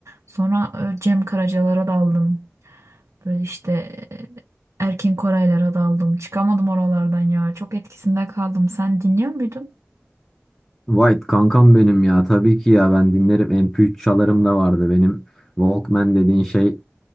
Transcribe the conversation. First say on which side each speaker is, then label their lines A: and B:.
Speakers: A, on the right (about 90°); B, in the centre.
A: Sonra e, Cem Karacalara daldım. Böyle işte e, Erkin Koraylara daldım. Çıkamadım oralardan ya. Çok etkisinde kaldım. Sen dinliyor muydun?
B: White kankam benim ya tabii ki ya ben dinlerim MP3 çalarım da vardı benim Walkman dediğin şey